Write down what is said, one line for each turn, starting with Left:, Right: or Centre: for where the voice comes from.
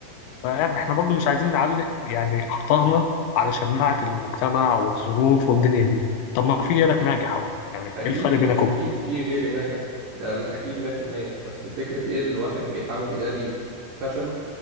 Left: فيعني احنا برضو مش عايزين نعلق يعني اخطائنا على شماعة المجتمع والظروف والدنيا دي طب ما في غيرك ناجح اهو يعني
Right: أكيد
Left: ايه الفرق بينكم
Right: أكيد في غير ناجح ده م- أكيد 100% بس الفكرة إيه الواحد بيحاول يداري فشله